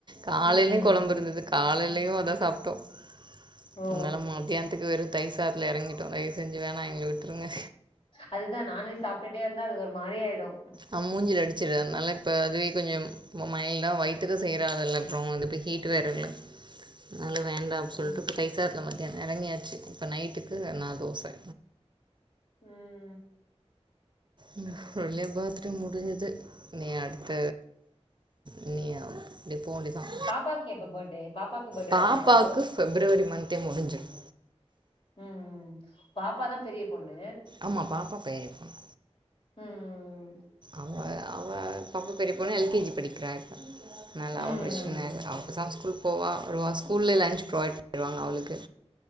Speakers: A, on the right (about 45°); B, on the left (about 50°).
A: காலையிலையும்
B: ம். ம்.
A: கொழம்பு இருந்தது காலையிலேயும் அதான் சாப்டோம்
B: ஓ!
A: இருந்தாலும் மத்தியானத்துக்கு வெறும் தயிர் சாதத்துல இறங்கிட்டோம் தைவ செஞ்சு வேணாம் எங்கள விட்டுருங்க
B: அதுதான் நான்வெஜ் சாப்டுட்டே இருந்தா அது ஒரு மாறிஆயிடும்
A: ஆ மூஞ்சில அடிச்சுடு நல்லா இப்ப அதுவே கொஞ்சம் இப்போ மைல்டா வயிதாதுக்கு செய்றாகில்ல அப்றோம் இது ஹீட் வேர இல்ல அதனால வேண்டாம் அப்டி
B: ம்.
A: சொல்லிட்டு இப்போ தயிர் சாதத்தில மதியானம் எறங்கியாச்சு இப்போ நைட்டுக்கு நான் தோசை
B: ம்
A: ஒரு வழியா பர்த்டே முடிஞ்சது நீ அடுத்த நீ அப்டி போ வேண்டிதான்
B: பாப்பாக்கு எப்ப பர்த்டே? பாப்பாக்கு பர்த்டே
A: பாப்பாக்கு
B: வராதா?
A: பிப்ரவரி மந்த்தே முடிஞ்சிடும்
B: ம் ம் ம் பாப்பாதான் பெரிய பொண்ணு
A: ஆமா‌ பாப்பா பெரிய பொண்
B: ம் ம் ம்
A: அவ அவ பாப்பா பெரிய பொண்ணு எல் கே ஜி படிக்கிறா நல்ல
B: ம்.
A: அவ பிரச்சனை அவ தான் ஸ்கூல் போவா வருவா ஸ்கூல்ல லன்ச் ப்ரொவைட் பண்ணிடுவாங்க அவளுக்கு